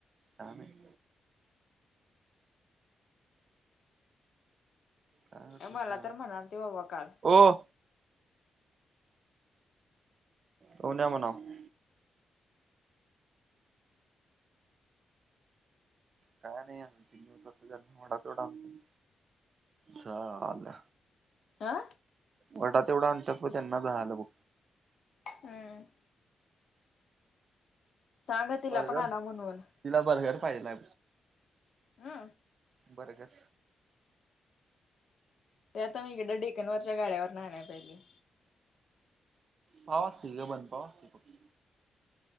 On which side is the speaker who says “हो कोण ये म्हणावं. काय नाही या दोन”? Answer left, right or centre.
Right